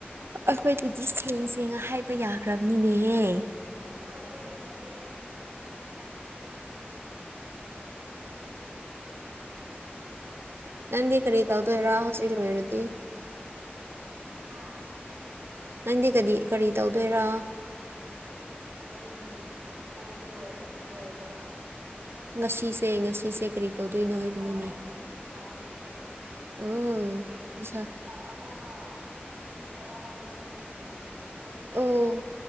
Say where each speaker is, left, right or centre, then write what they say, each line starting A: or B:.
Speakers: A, on the right; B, on the right.
A: ꯑꯩꯈꯣꯏꯗꯗꯤ ꯁꯦꯡꯉ ꯁꯦꯡꯉ ꯍꯥꯏꯕ ꯌꯥꯈ꯭ꯔꯕꯅꯤꯅꯦꯍꯦ
B: ꯅꯠꯇꯦ ꯅꯠꯇꯦ ꯑ ꯄꯥꯏ ꯄꯂꯗ
A: ꯅꯪꯗꯤ ꯀꯔꯤ ꯇꯧꯗꯣꯏꯔꯥ ꯍꯧꯖꯤꯛ ꯂꯣꯏꯔꯗꯤ
B: ꯍꯥꯥ
A: ꯅꯪꯗꯤ ꯀꯗꯤ ꯀꯔꯤ ꯇꯧꯗꯣꯏꯔꯥ
B: ꯑꯩꯒꯤ ꯀꯣꯔꯁꯁꯦ ꯂꯣꯏꯔꯦꯒꯔꯣ
A: ꯉꯁꯤꯁꯦ ꯉꯁꯤꯁꯦ ꯀꯔꯤ ꯇꯧꯗꯣꯏꯅꯣ ꯍꯥꯏꯕꯅꯤꯅꯦ
B: ꯑꯣ ꯑꯩ ꯉꯁꯤ ꯐꯤ ꯁꯥꯗꯣꯏꯅꯦ
A: ꯑꯣ
B: ꯍꯧꯖꯤꯛ
A: ꯐꯤꯁꯥ
B: ꯑꯕꯣꯛꯉ ꯀꯨꯝꯃꯛꯑꯣ ꯍꯥꯏꯕꯒꯤ ꯀꯨꯝꯍꯩꯅꯤ ꯑꯩꯒꯤ ꯔꯕꯤꯠꯇꯣ
A: ꯑꯣ